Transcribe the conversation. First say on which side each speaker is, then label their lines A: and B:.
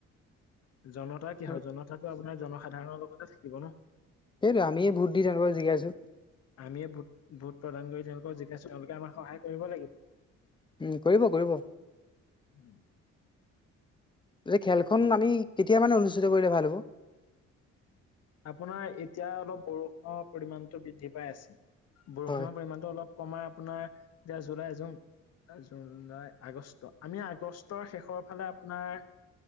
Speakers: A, on the left; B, on the left.
A: জনতা কি
B: আৰু
A: হয় জনতাটো আপোনাৰ জনসাধাৰণৰ লগতে থাকিব ন'।
B: সেইটোৱে, আমিয়ে ভোট দি তেওঁলোকক জিকাইচো।
A: আমিয়ে ভোট-ভোট প্ৰদান কৰি তেওঁলোকক জিকাইচো তেওঁলোকে আমাক সহায় কৰিব লাগিব।
B: উমঁ' কৰিব কৰিব।।
A: উমঁ।
B: খেলখন আমি কেতিয়া মানে অনুষ্ঠিত কৰিলে ভাল হ'ব?
A: আপোনাৰ এতিয়া অলপ বৰষুণৰ পৰিমানটো বৃদ্ধি পাই আছে। বৰষুণৰ
B: হয়
A: পৰিমাণটো অলপ কমায় আপোনাৰ <unintelligible> জুলাই জুন <unintelligible> আগষ্ট, আমি আগষ্টৰ শেষৰ ফালে আপোনাৰ